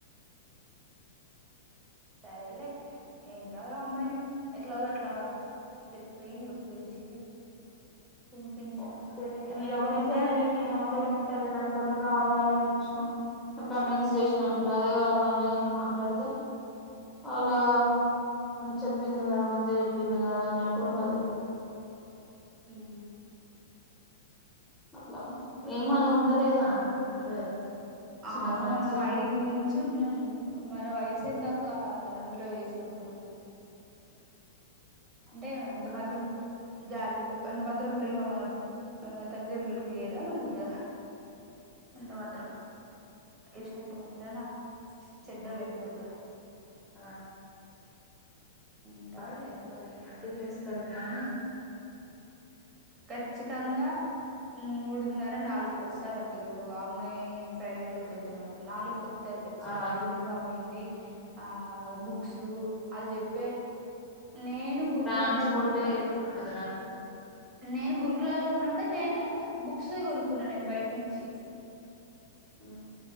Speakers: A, on the right (about 25°); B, in the centre.
A: సరేలే ఎంకాదు రమ్మ అను ఎట్లా గోట్లా చెప్పియి ఒప్పించి పంపించు
B: ఓకే
A: నువ్వు
B: నేను
A: చెప్పకున్నా
B: ఒప్పించేదండి నేనుతో మాట్లాడిను అనుకుని కావాలని ఒక కన్విన్స్ చేసినా అంట అదే వాళ్ళ ఏమ అన్నా ఏ మాట్లాడితే అలా చెప్పింది కదా ముందే చెప్పింది కదా అన్నట్టు ఉంటది
A: ఆ
B: అట్లా ఏమని ఉండలేదా ఉండలేదు
A: ఆ
B: చిన్నప్పటి
A: మనం
B: నుంచి
A: ఐదు నుంచిు ఉన్నాం మన వయసు ఎంత అక్క అందులో వేసిన అప్పుడు అంటే అంత
B: ఆ
A: మాత్రం జాలి అంత మాత్రం ప్రేమ మన మన తల్లిదండ్రులకి లేదా మనం యాహ్ ఎంత మాత్రం ఇష్టఅంత మాత్రనా చెడ్డలై పొరుగ
B: ఆ
A: ఉంటారులే
B: వాటి ఎవలన ఏట్ట చేస్తఅంది ఆ
A: ఖచ్చితంగా మూడు ఉన్నర నాలుగు వస్తాద అక్క ఇప్పుడు నువ్వు అమ్మాయి ప్రైవేట్ లోకి వెళ్తే మాత్రం నాలుగు కొత్ త్తది ఖచ్చితంగా
B: ఆ
A: యూనిఫామ్ అయింది ఆ బుక్స్ వాళ్ళు చెప్పే నేను గురుకులాలో
B: ట్రాన్స్పోర్టే
A: ఉన్న అప్పుడు
B: ఎక్కువ ఉంటదిరా
A: నేను గురుకులాల్లో ఉన్న ఆప్పుడు నేనే బుక్స్ కొనుక్కు ఉన్నాను నేను బయట నుంచి
B: ఆ